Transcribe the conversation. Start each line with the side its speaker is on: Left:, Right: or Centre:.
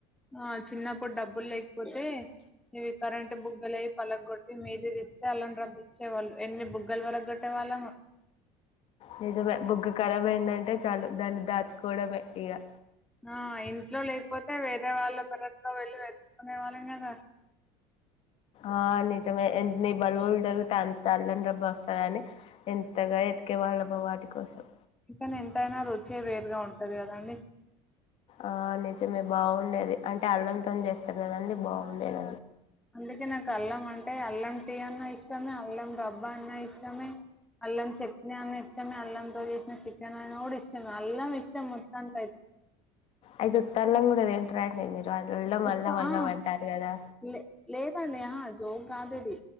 Centre: నా చిన్నప్పుడు డబ్బులు లేకపోతే నువ్ ఈ కరెంటు బుగ్గల అయ్ పలగొట్టి మీదిస్తే అల్లం రెబ్బ ఇచ్చేవాళ్ళు ఎన్ని బుగ్గలు పలగొట్టే వాళ్ళమో
Left: నిజమే బుగ్గ కరాబ్ ఏంటంటే చాలు దాన్ని దాచుకోవడమే ఇగా
Centre: ఆ ఇంట్లో లేకపోతే వేరే వాళ్ళ పెరట్లో వెళ్ళి వెతుక్కునే వాళ్ళం కదా
Left: ఆ నిజమే ఎన్ని బల్బులు దొరికితే అంత అల్లం రెబ్బ వస్తాదని ఎంతగా ఎతికేవాళ్ళమో వాటి కోసం
Centre: చికె <unintelligible> న్ ఎంతైనా రుచి వేరుగా ఉంటాది కదండి
Left: ఆ నిజమే బాగుండేది అంటే అల్లంతోని చేస్తారు కాదండి బాగుండేది
Centre: అందుకే నాకు అల్లం అంటే అల్లం టీ అన్న ఇష్ ఇష్టమే అల్లం రబ్బా అన్న ఇష్టమే అల్లం చట్నీ అన్నా ఇష్టమే అల్లం చేసిన చె <unintelligible> నోడు ఇష్టం అల్లం ఇష్టం మోత్తానికి అయితే
Left: అయితే ఉత్త అల్లం కూడా తింటారా అండి మీరు అల్లం
Centre: ఉత్త
Left: అల్లం అల్లం
Centre: ఆ
Left: అంటారు కదా
Centre: లే లేదండి ఆ జోక్ కాదు ఇది